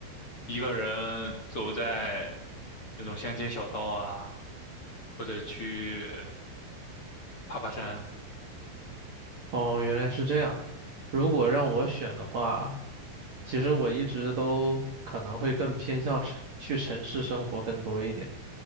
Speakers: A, on the left; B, on the right.
A: 一个人走在那种乡间小道啊，或者去爬爬山。
B: 哦，原来是这样。如果让我选的话，其实我一直都可能会更偏向城，去城市生活更多一点，